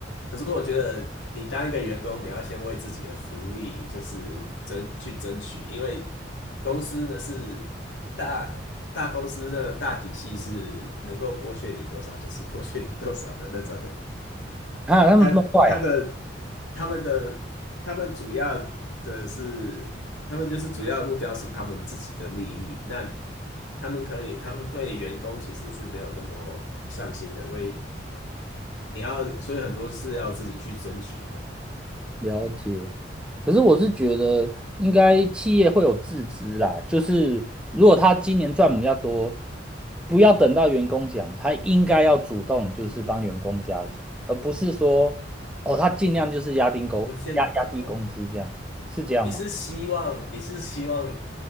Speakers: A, on the left; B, in the centre.
A: 可是我觉得你当一个员工，你要先为自己的福利就是争去争取，因为公司呢是大大公司的大体系是能够剥削你多少就是剥削你多少的那种，
B: 啊？他们这么坏啊！
A: 他他的他们的他们主要的是，他们就是主要的目标是他们自己的利益。那他们可以，他们对员工其实是没有那么上心的，所以你要，所以很多是要自己去争取的，
B: 了解，可是我是觉得应该企业会有自知啦，就是如果他今年赚比较多，不要等到员工讲，他应该要主动就是帮员工加薪，而不是说哦他尽量就是压低工压压低工资这样，
A: 不见得哦。
B: 是这样吗？
A: 你是希望你是希望